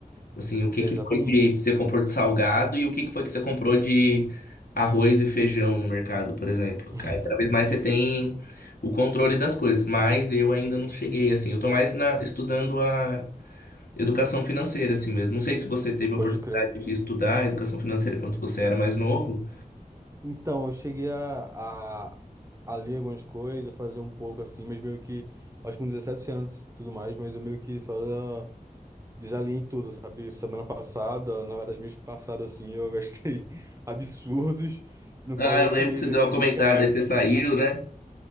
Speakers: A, on the left (about 80°); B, on the right (about 20°).
A: Assim, o que
B: Exatamente.
A: que foi que você comprou de salgado e o que que foi que você comprou de arroz e feijão no mercado, por exemplo.
B: <laughs>
A: Aí, cada vez mais você tem o controle das coisas, mas eu ainda não cheguei, assim. Eu tô mais na- estudando a educação financeira, assim mesmo. Não sei se você teve a
B: Pode
A: oportunidade
B: crer.
A: de estudar educação financeira quando você era mais novo.
B: Então, eu cheguei a, a, a ler algumas coisas, fazer um pouco assim, mas meio que, acho que com 17 anos e tudo mais, mas eu meio que só desalinhei tudo, sabe? Semana passada, na verdade, mês passado, assim, eu gastei <laughs> absurdos, no
A: Ah,
B: qual
A: eu
B: esse
A: lembro
B: mês
A: que você deu
B: aqui,
A: uma comentada,
B: cara.
A: aí você saiu, né?